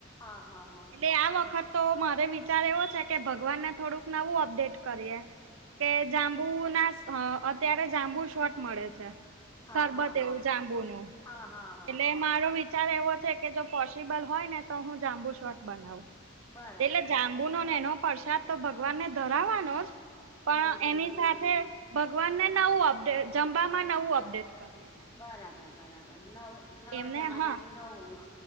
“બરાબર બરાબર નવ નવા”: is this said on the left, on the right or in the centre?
Left